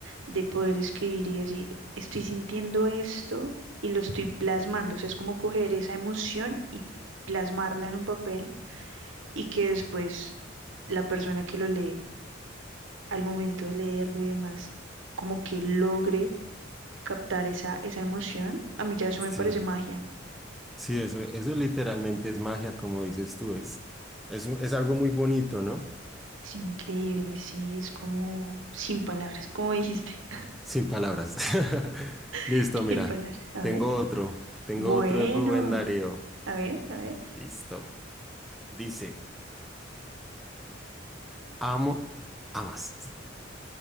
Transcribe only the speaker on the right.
de poder escribir y decir, estoy sintiendo esto y lo estoy plasmando, o sea, es como coger esa emoción y plasmarla en un papel y que después la persona que lo lee, al momento de leerlo y demás, como que logre captar esa, esa emoción, a mí ya eso
me parece magia.
Sí, increíble, sí, es como sin palabras, como dijiste,
<laughs>
sin palabras. A
ver,
bueno,
a ver, a ver,